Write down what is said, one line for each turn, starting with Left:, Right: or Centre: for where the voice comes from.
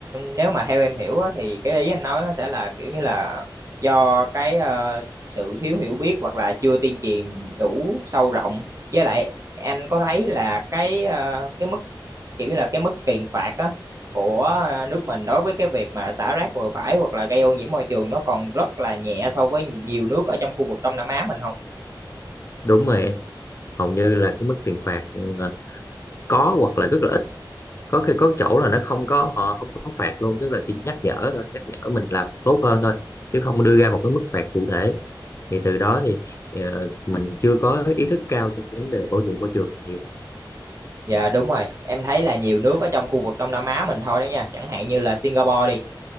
Right: nếu mà theo em hiểu á, thì cái ý anh nói nó sẽ là kiểu như là do cái ờ, sự thiếu hiểu biết hoặc là chưa tuyên truyền đủ sâu rộng. Với lại anh có thấy là cái ờ, cái mức kiểu như là cái mức tiền phạt á của à, nước mình đối với cái việc mà xả rác bừa bãi hoặc là gây ô nhiễm môi trường nó còn rất là nhẹ so với nhiều nước ở trong khu vực Đông Nam Á mình không?
Left: đúng rồi em hầu như là cái mức tiền phạt ừ, à, có hoặc là rất là ít có khi có chỗ là nó không có họ không có phạt luôn tức là chỉ nhắc nhở thôi nhắc nhở mình làm tốt hơn thôi chứ không đưa ra một cái mức phạt cụ thể thì từ đó thì ờ, mình chưa có ý thức cao trong vấn đề bảo vệ môi trường nhiều
Right: Dạ đúng rồi, em thấy là nhiều nước ở trong khu vực Đông Nam Á mình thôi đó nha, chẳng hạn như là Singapore đi.